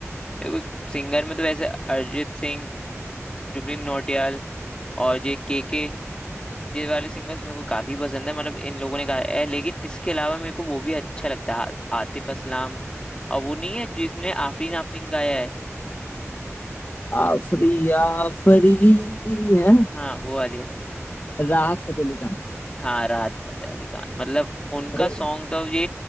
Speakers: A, on the left; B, on the left.
A: देखो सिंगर में तो वैसे अरिजीत सिंह जुबिन नौटियाल और ये के के ये वाले सिंगर्स मेरे को काफी पसंद है मतलब इन लोगों ने गाया है लेकिन इसके अलावा मेरे को वो भी अच्छा लगता है आ- आतिफ असलाम और वो नहीं है जिसने आफरीन आफरीन गाया है
B: आफरी आफरी है
A: हाँ वो वाली है
B: राहत फतेह अली खान
A: हाँ राहत फतेह अली खान मतलब उनका
B: अरे
A: सॉन्ग तो ये